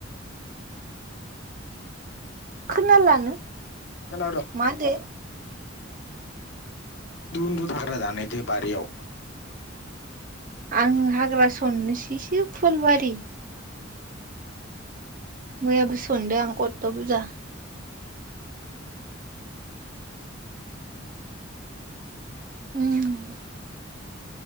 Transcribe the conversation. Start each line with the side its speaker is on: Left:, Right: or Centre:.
Right: खोना लानो।
Left: खोनादों
Right: मा होनदों?
Left: उन्दु उन्दु दाननायदे बारियाव।
Right: आं हाग्रा सन्नोसैसो फुलबारि। मैयाबो सनदों कतत' बुरजा। उम।